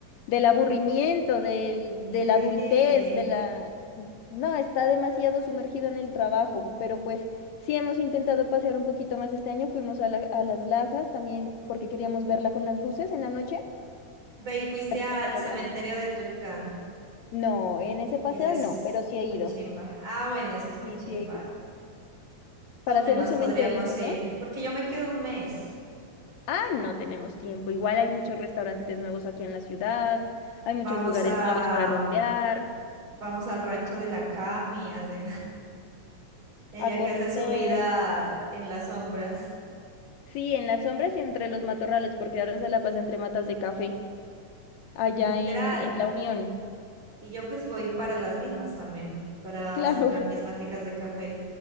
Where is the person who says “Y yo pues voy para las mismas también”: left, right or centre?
Right